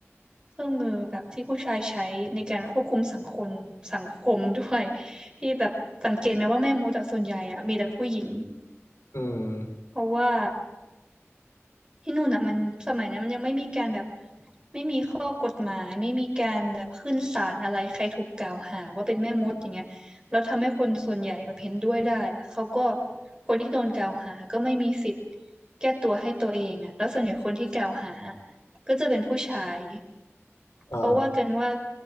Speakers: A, on the right; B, on the left.
A: เครื่องมือแบบที่ผู้ชายใช้ในการควบคุมสังคมสังคมด้วยที่แบบสังเกตไหมว่าแม่มดจากส่วนใหญ่อะมีแต่ผู้หญิง
B: อืม
A: เพราะว่า ที่นู่นอ่ะมันสมัยนั้นมันยังไม่มีการแบบไม่มีข้อกฎหมายไม่มีการแบบขึ้นศาลอะไรใครถูกกล่าวหาว่าเป็นแม่มดอย่างเงี้ยแล้วทำให้คนส่วนใหญ่แบบเห็นด้วยได้อะเขาก็คนที่โดนกล่าวหาก็ไม่มีสิทธิ์แก้ตัวให้ตัวเองอ่ะแล้วส่วนใหญ่คนที่กล่าวหาก็จะเป็นผู้ชาย
B: อ่า
A: เขาว่ากันว่า